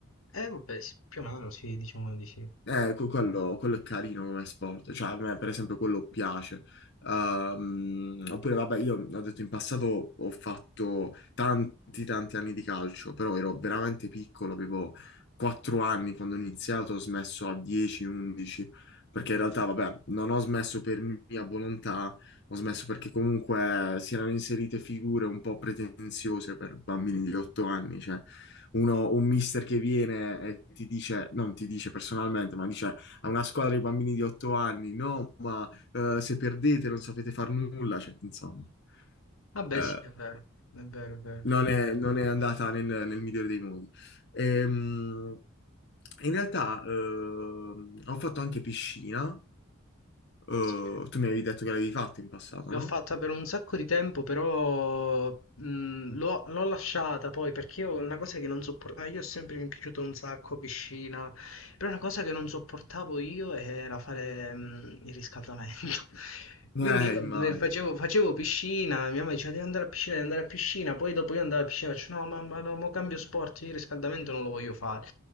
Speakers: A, on the left; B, on the left.
A: Eh vabbè, sì, più o meno sì, diciamo di sì.
B: Eh, que- quello, quello è carino come sport, cioè a me per esempio quello piace. Ehm, oppure vabbè, io ho detto in passato ho fatto tanti tanti anni di calcio, però ero veramente piccolo, avevo 4 anni quando ho iniziato, ho smesso a 10-11, perché in realtà vabbè, non ho smesso per mia volontà, ho smesso perché comunque si erano inserite figure un po' pretenziose per bambini di 8 anni, cioè uno, un mister che viene e ti dice, non ti dice personalmente, ma dice a una squadra di bambini di otto anni, no, ma eh, se perdete non sapete far nulla, cioè, insomma,
A: Vabbè
B: eh,
A: sì, è vero, è vero, è vero.
B: non è, non è andata nel, nel migliore dei modi. Ehm, in realtà ehm, ho fatto anche piscina, eh,
A: Sì.
B: tu mi avevi detto che l'avevi fatto in passato,
A: L'ho
B: no?
A: fatta per un sacco di tempo, però mh, l'ho l'ho lasciata poi perché io una cosa che non sopportavo, io ho sempre mi è piaciuto un sacco piscina, però una cosa che non sopportavo io era fare mh, il riscaldamento. <laughs> Quindi
B: Eh,
A: io
B: immagino.
A: ne facevo, facevo piscina, mia mamma diceva devi andare a piscina, devi andare a piscina, poi dopo io andavo a piscina, faccio no mamma, no, mo cambio sport, io il riscaldamento non lo voglio fare.